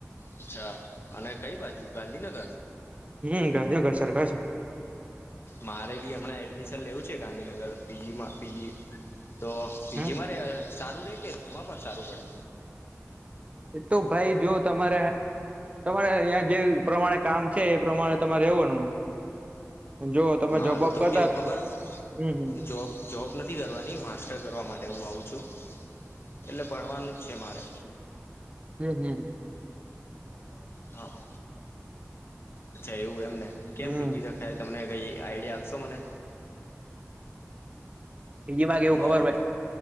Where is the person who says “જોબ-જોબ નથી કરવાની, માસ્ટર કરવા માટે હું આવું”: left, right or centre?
Left